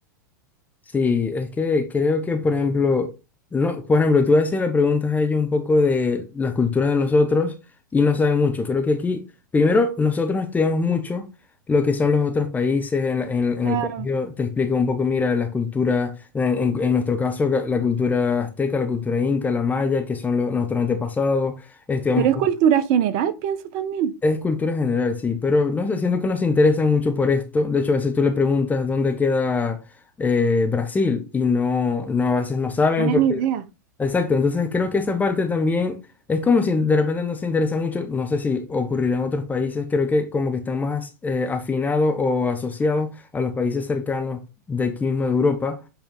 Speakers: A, on the left; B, on the right.
A: Sí, es que creo que, por ejemplo, no, por ejemplo, tú a veces le preguntas a ellos un poco de la cultura de nosotros y no saben mucho. Creo que aquí, primero, nosotros estudiamos mucho lo que son los otros países. En, la- en- en
B: Claro,
A: el colegio te explica un poco, mira, las culturas, en, en- en nuestro caso, ca- la cultura azteca, la cultura inca, la maya, que son los- nuestros antepasados. Estudiamos
B: Pero es cultura general, pienso también.
A: es cultura general, sí, pero no sé, siento que no se interesan mucho por esto. De hecho, a veces tú le preguntas dónde queda eh, Brasil y no, no, a veces no saben
B: no tienen
A: porque
B: idea.
A: Exacto, entonces creo que esa parte también es como si de repente no se interesa mucho, no sé si ocurrirá en otros países, creo que como que están más eh, afinados o asociados a los países cercanos de aquí mismo de Europa